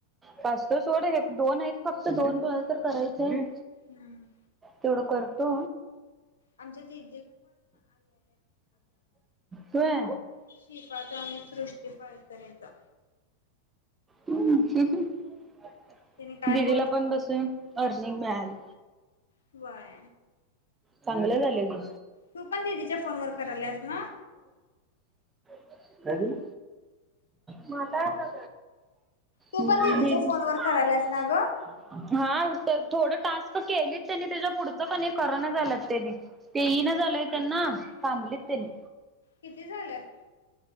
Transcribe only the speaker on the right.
पासत सोड दोन आहेत फक्त दोन कोणाला तर करायचं आहे
तेवढं करतो
होय
हम् हम हम
दिदीला
पण बसून अर्निंग मिळाली
चांगले झाल की.
काय झालं मग आता?
दीदी
हम्म
हा तर थोडं टास्क केलीत त्यांनी त्याच्या पुढचं कणी हे करना झालं त्यांनी ते ईना झालय त्यांना थांबलीत त्यानी